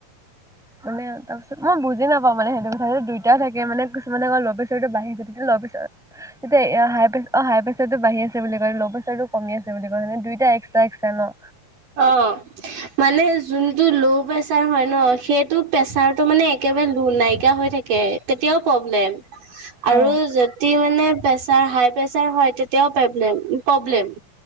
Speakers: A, in the centre; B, on the right.
A: মানে তাৰ পিছত মই বুজি নাপাওঁ মানে সেইটো কথা যে দুইটা থাকে মানে কিছুমানে ল'প্ৰেচাৰটো বাঢ়ে ল তাৰপিছত, অ হাই প্ৰেছাৰ টো বাঢ়ি আছে বুলি কয়, ল' প্ৰেচাৰ টো কমি আছে বুলি কয়, মানে দুইটাই একস্টা-এক্সট্ৰা ন
B: অ, মানে যোনটো ল' প্ৰেচাৰ হয় ন, সেইটো প্ৰেছাৰটো মানে একে একেবাৰে লো নাইকিয়া হৈ থাকে। তেতিয়াও প্ৰব্লেম আৰু
A: অ
B: যেতিয়া মানে। প্ৰেচাৰ হাই প্ৰেছাৰ হয় তেতিয়াও প্ৰেব্লেম প্ৰব্লেম।